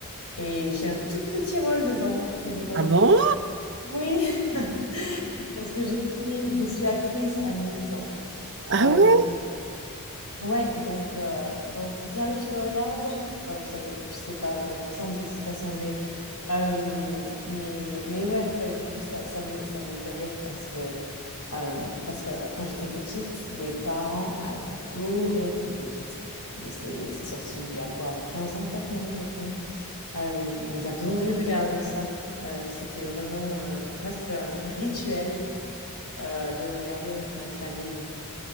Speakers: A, on the left (about 85°); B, on the right (about 55°).
A: et j'ai un tout petit rôle dedans, c'est rigolo.
B: Ah bon?
A: Oui, <laughs> parce que je suis je suis actrice à mi-temps.
B: Ah
A: Euh,
B: ouais?
A: ouais, donc euh, donc si jamais tu le regardes, <laughs> bah, vous savez, tu sais pas à quoi je ressemble de toute façon, mais euh, mais mais ouais, bah, du coup ça ça me ça me fait rire parce que Euh, parce que quand j'étais petite, mes parents adoraient, enfin petite, c'est sorti il y a quoi, 15 ans peut-être maintenant le premier, Euh, mais ils adoraient regarder ça. Euh, c'était vraiment euh, presque un rituel euh, de le regarder avec ma famille.